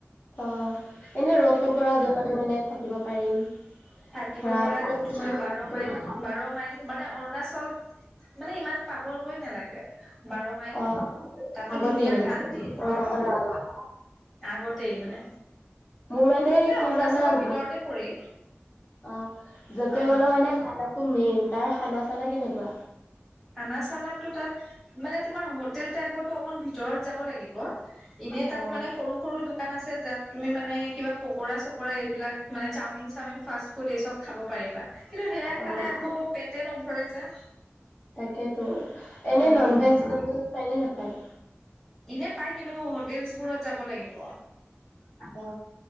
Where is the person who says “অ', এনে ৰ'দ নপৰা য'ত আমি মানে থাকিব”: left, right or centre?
Left